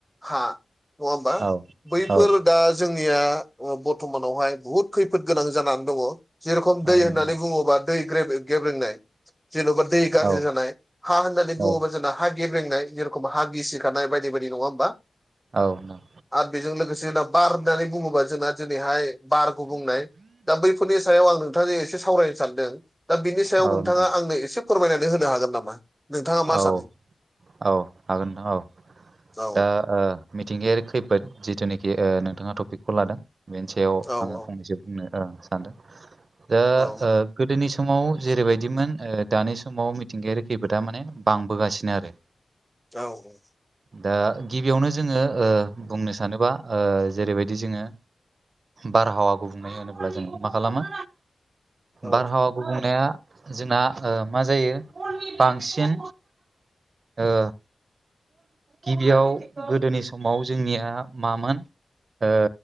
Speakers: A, in the centre; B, on the right.
A: हा नङा होमबा
B: औ
A: बै
B: औ
A: दा जोंनिया अ बर्थ'मानावहाय बुहुद खैफोद गोनां जानानै दङ। जेरखम दै
B: औ
A: होननानै
B: नोंथां।
A: बुङोबा दै ग्रे ग्रेबेंनाय जन'बा दै गाज्रि
B: औ
A: जानाय हा होननानै
B: औ
A: बुङोबा जोंना हा गेब्रेंनाय जेरखम हा गिसिखानाय बायदि बायदि नङा होमबा?
B: औ नं
A: आरो बेजों लोगोसे लोबा होननानै बुङोबा जोंना दिनैहाय बार गुबुंनाय दा बै फोरनि सायाव आं नोंथांजों एसे सावरायनो सानदों दा बिनि सायाव
B: औ
A: नोंथाङा
B: नोंथां
A: आंनो एसे फोरमायनानै होनो हागोन नामा? नोंथाङा मा
B: औ
A: सानो
B: औ हागोन नोंथां औ
A: औ
B: दा ओ मिथिंगायारि खैफोद जिथुनोखि ओ नोंथाङा टपिकखौ लादों। बेनि सायाव
A: औ
B: आङो
A: औ
B: फंनैसो बुंनो ओ सानदों दा
A: औ
B: ओ गोदोनि समाव जेरैबायदिमोन ओ दानि समाव मिथिंगायारि खै फोदा माने बांबोगासिनो आरो।
A: औ औ।
B: दा गिबियावनो जोङो ओ बुंनो सानोबा ओ जेरैबायदि जोङो बारहावा गुबुंनाय होनोब्ला जों मा खालामो?
A: औ
B: बारहावा गुबुंनाया जोंना ओ मा जायो? बांसिन ओ। गिबियाव गोदोनि समाव जोंनिया मामोन? ओ